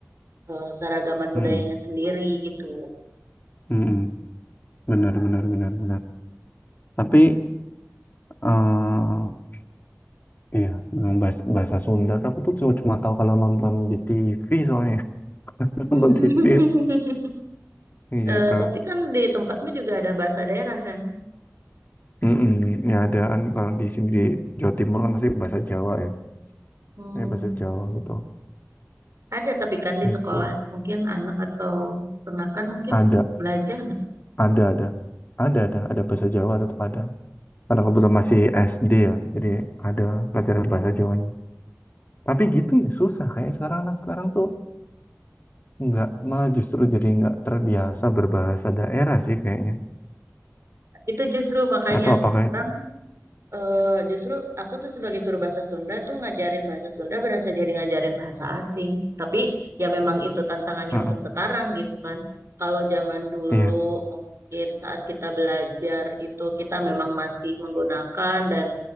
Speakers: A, on the right (about 60°); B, on the left (about 40°).
A: eh, keragaman
B: Mm-mm.
A: budayanya sendiri gitu.
B: Mm-mm. Benar, benar, benar, benar. Tapi eh iya, memang bahasa, bahasa Sunda tuh aku tuh cuma cuma tahu kalau nonton di TV soalnya. <laughs>
A: <laughs>
B: Nonton TV kan? Gitu.
A: Eh, tapi kan di tempatmu juga ada bahasa daerah kan?
B: Mm-mm. Ya ada kan kalau di sini di Jawa Timur kan masih bahasa Jawa ya.
A: Hmm,
B: Ya bahasa Jawa gitu.
A: ada tapi kan di
B: Itu
A: sekolah mungkin anak atau ponakan mungkin
B: ada,
A: belajar nggak?
B: ada, ada, ada, ada, ada bahasa Jawa tetap ada. karena kebetulan masih SD ya jadi ada pelajaran bahasa Jawanya tapi gitu ya susah kayak sekarang anak sekarang tuh nggak malah justru jadi nggak terbiasa berbahasa daerah sih kayaknya
A: Itu justru makanya
B: atau apakah
A: sekarang
B: itu
A: eh, justru aku tuh sebagai guru bahasa Sunda tuh ngajarin bahasa Sunda berasa jadi ngajarin bahasa asing. Tapi ya memang itu tantangannya
B: Heeh.
A: untuk sekarang gitu kan. Kalau zaman dulu
B: iya
A: mungkin saat kita belajar itu kita memang masih menggunakan dan